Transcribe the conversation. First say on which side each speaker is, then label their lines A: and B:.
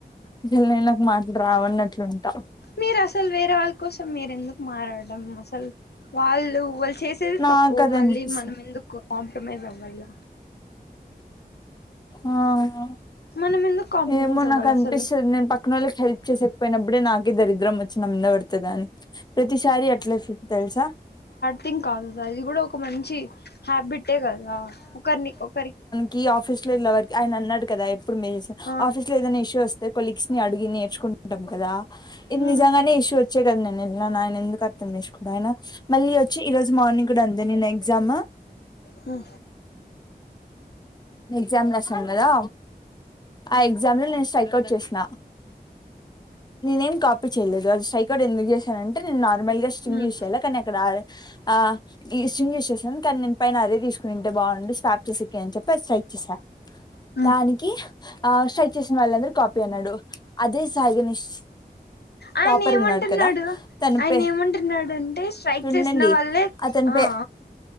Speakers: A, on the left; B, on the left.
A: అస నేను నాకు మాట్ రావన్నట్లుంట
B: మీరు అసలు వేరే వాళ్ళ కోసం మీరు ఎందుకు మారడడం అసలు వాళ్ళు వాళ్ళు చేసి వాళ్లు చేసేది
A: నాకు
B: తప్పు
A: అది
B: మళ్ళీ
A: అనిపిస్తుంది
B: మనం ఎందుకు కాంప్రమైజ్ అవ్వల్ల
A: ఆ హా
B: మనం ఎందుకు కాంప్రమైజ్
A: ఏమో
B: అవ్వాలి
A: నాకు అనిపిస్తది
B: అసలు
A: నేను పక్క పక్కన వాళ్ళకి హెల్ప్ చేసయకపోయినప్పుడే నాకే దరిద్రం వచ్చి నా ముందర పడతది అని ప్రతిసారి అట్లేవస్తుంది తెలుసా
B: థిం కాదు సార్ ఇది కూడా ఒక మంచి హ్యాబిటే కదా ఒకరిని ఒకరి
A: కి ఆఫీస్ లో ఇళ్ళ వరకి ఆయన అన్నాడు కదా ఎప్పుడు మేల్
B: ఆ
A: ఆఫీస్లో ఏదైనా ఇష్యూ వస్త తే కొలీగ్స్ ని అడిగి నేర్చుకుంటాం కదా ఇద్
B: మ్
A: నిజంగానే ఇష్యూ చూడండి నిన్నేనా అయిన ఎందుకు అర్థం చేస్కుంటా ఆయిన మళ్ళీ ఓచ్చి ఈ రోజు మార్నింగ్ గూడా ఉంది నిన్న ఎగ్జాము
B: హ
A: నే ఎగ్జామ్ లో రసం గదా ఆ ఎగ్జామ్లో నేన్ సైక్ అవుట్ చేష్న
B: <inaudible>
A: నేనే ఏం కాపీ చేయ్లేదు అది స్ట్రైక్ అట్ ఎంద్ధుక్ జేశానంటే నేన్ నార్మల్ గా స్ట్రింగ్
B: మ్
A: ఎశెయ్యలా కానీ అక్కడ ఆ ఇ సింగ్ ఎసేసాను కానీ నేను పైన అరే తీస్కునింటే బాండు స్ చేసికె అన్ చెప్పి స్ట్రైక్ చేశా
B: ఆ
A: దానికి ఆ స్ట్రైక్ చేస్న వాళ్ళందరు కాపీ అన్నాడు అదే సాయిగణేష్
B: ఆయన
A: టాపర్
B: ఏమంటున్నాడు
A: ఉన్నాడు కదా తన
B: ఆయన
A: పే
B: ఏమంటున్నాడు అంటే స్ట్రైక్
A: టుంనండి.
B: చేసిన వాళ్ళే
A: అతన్ పై
B: ఆ